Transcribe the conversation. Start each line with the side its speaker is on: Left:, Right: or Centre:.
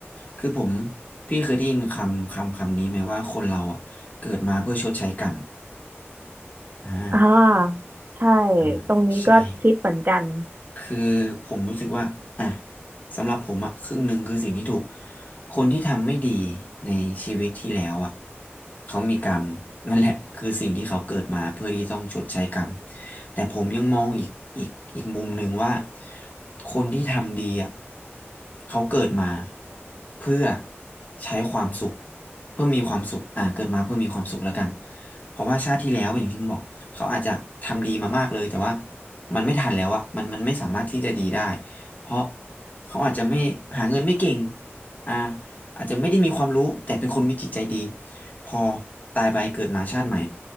Left: คือผมพี่เคยได้ยินคำคำคำนี้ไหมว่าคนเราอ่ะเกิดมาเพื่อชดใช้กรรมอ่า
Right: อ่าใช่
Left: อาใช่
Right: ตรงนี้ก็คิดเหมือนกัน
Left: คือผมรู้สึกว่าอ่ะสำหรับผมอ่ะครึ่งหนึ่งคือสิ่งที่ถูกคนที่ทำไม่ดีในชีวิตที่แล้วอ่ะเขามีกรรมนั่นแหละคือสิ่งที่เขาเกิดมาเพื่อที่ต้องชดใช้กรรมแต่ผมยังมองอีกอีกอีกมุมหนึ่งว่าคนที่ทำดีอ่ะเขาเกิดมาเพื่อใช้ความสุขเพื่อมีความสุขอ่ะเกิดมาเพื่อมีความสุขแล้วกันเพราะว่าชาติที่แล้วอย่างที่ผมบอกเขาอาจจะทำดีมามากเลยแต่ว่า มันไม่ทันแล้วอะมันมันไม่สามารถที่จะดีได้ เพราะเขาอาจจะไม่หาเงินไม่เก่งอ่าอาจจะไม่ได้มีความรู้แต่เป็นคนมีจิตใจดี พอตายไปเกิดมาชาติใหม่